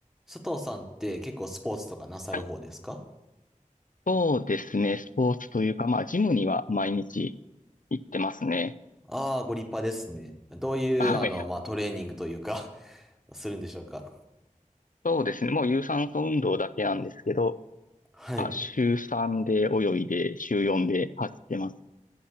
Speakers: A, in the centre; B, on the left (about 75°).
A: 佐藤さんって結構スポーツとかなさる方ですか
B: はい。そうですね。スポーツというか、まあ、ジムには毎日行ってますね。
A: ああー、ご立派ですね。どういう、
B: あ、
A: あの、
B: いや、
A: まあ、トレーニングというか <laughs> するんでしょうか。
B: そうですね。もう有酸素運動だけなんですけど、
A: はい。
B: まあ、週3で泳いで、週4で走ってます。